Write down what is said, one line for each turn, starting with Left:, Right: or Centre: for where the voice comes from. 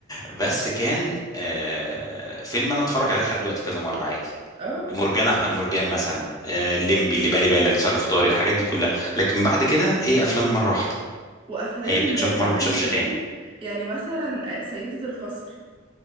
Left: بس كان آه فيلم انا اتفرج عليه لحد دلوقتي كذا مره عادي
Right: اه
Left: مرجان احمد مرجان مثلا آه الليمبي اللي بالي بالك ظرف طارق الحاجات دي كلها لكن بعد كده هي افلام مره واحده
Right: وافلام
Left: هي بتتشاف
Right: زمان
Left: مره بتتشافش
Right: كمان
Left: تاني
Right: يعني مثلا آه، سيدة القصر